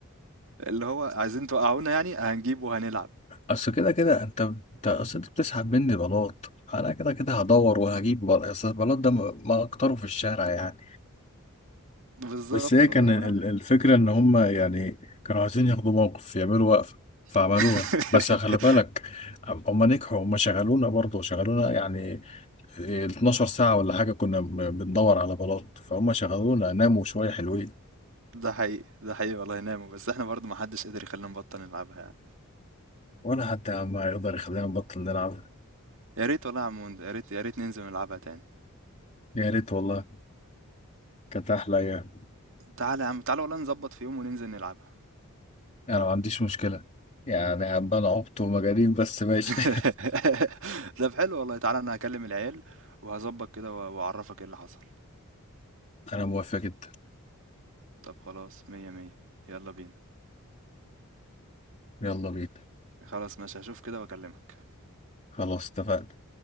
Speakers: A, on the right (about 60°); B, on the left (about 30°).
A: اللي هو عايزين توقعونا يعني هنجيبه وهنلعب
B: اصل كده كده انت انت اصل انت بتسحب مني بلاط انا كده كده هدور وهجيب بل... اصل البلاط ده ما ما اكتره في الشارع يعني
A: بالظبط
B: بس هي كان
A: والله
B: ال-
A: ولا-
B: الفكره ان هم يعني كانوا عايزين ياخدوا موقف يعملوا وقفه فعملوها
A: <laughs>
B: بس خلي بالك هم نجحوا هم شغلونا برضه شغلونا يعني 12 ساعه ولا حاجه كنا ب- بندور على بلاط فهم شغلونا ناموا شويه حلوين
A: ده حقيقي ده حقيقي والله نعمة بس احنا برضو محدش قدر يخلينا نبطل نلعبها يعني
B: ولا حتى يا عم يقدر يخلينا نبطل نلعب
A: يا ريت والله يا عم هند، يا ريت يا ريت ننزل نلعبها تاني
B: يا ريت والله كانت احلى أيام.
A: تعالَ يا عم، تعالَ والله نضبّط في يوم وننزل نلعبها.
B: انا ما عنديش مشكلة يعني عمال عبط ومجانين بس ماشي
A: <laughs> ت طب حلو والله، تعالَ أنا هاكلم العيال وهاضبّط كده و وأعرّفك إيه اللي حصل.
B: <laughs> انا موافق جدا
A: طب خلاص مِيّة، مِيّة، يالّا بينا.
B: يلا بينا
A: خلاص ماشي، هاشوف كده وأكلمك.
B: خلاص اتفقنا